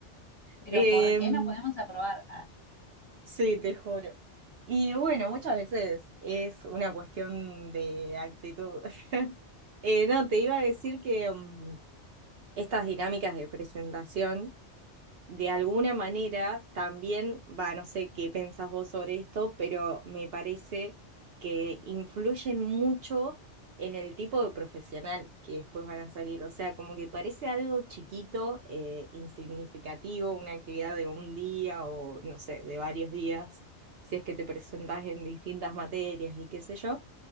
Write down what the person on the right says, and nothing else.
Em,
Sí, te juro. Y bueno, muchas veces es una cuestión de actitud. <laughs> Eh, no, te iba a decir que mm, estas dinámicas de presentación de alguna manera también, va, no sé qué pensás vos sobre esto, pero me parece que influyen mucho en el tipo de profesional que después van a salir. O sea, como que parece algo chiquito, eh, insignificativo, una actividad de un día o, no sé, de varios días, si es que te presentás en distintas materias y qué sé yo.